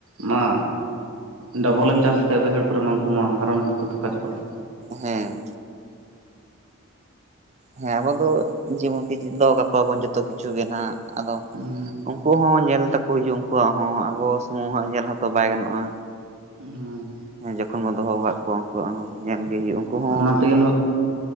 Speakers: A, on the right; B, on the right.
A: ᱢᱟ ᱰᱚᱵᱚᱞᱮᱢ ᱪᱟᱥ ᱞᱮᱠᱷᱟᱟᱱ ᱵᱟᱹᱭᱦᱟᱹᱲ ᱠᱚᱨᱮ ᱢᱟ ᱩᱱᱠᱩ ᱢᱟ ᱦᱟᱨᱚᱱ ᱛᱮᱠᱚ ᱛᱷᱟᱠᱟᱪᱟᱠᱚᱣᱚᱜᱼᱟ᱾
B: ᱦᱮᱸ ᱦᱮᱸ ᱟᱵᱚ ᱫᱚ ᱡᱮᱢᱚᱱᱠᱤ ᱫᱚᱦᱚ ᱠᱟᱠᱚᱣᱟᱵᱚᱱ ᱡᱚᱛᱚ ᱠᱤᱪᱷᱩ ᱜᱮ ᱱᱟᱜ ᱟᱫᱚ
A: ᱦᱮᱸ
B: ᱩᱱᱠᱩ ᱦᱚᱸ ᱧᱮᱞ ᱛᱮᱠᱚ ᱦᱤᱡᱩᱜᱼᱟ ᱩᱱᱠᱩᱣᱟᱜ ᱦᱚᱸ ᱟᱵᱚ ᱥᱩᱢᱩᱝ ᱦᱚᱸ ᱧᱮᱞ ᱦᱚᱸᱛᱚ ᱵᱟᱭ ᱜᱟᱱᱚᱜᱼᱟ᱾
A: ᱦᱩᱸ
B: ᱦᱮᱸ ᱡᱚᱠᱷᱚᱱ ᱵᱚᱱ ᱫᱚᱦᱚ ᱟᱠᱟᱫ ᱠᱚᱣᱟ ᱩᱱᱠᱩᱣᱟᱜ ᱦᱚᱸ ᱧᱮᱞ ᱜᱮ ᱦᱩᱭᱩᱜ ᱩᱱᱠᱩ ᱦᱚᱸ
A: ᱚᱱᱟ ᱛᱮᱜᱮ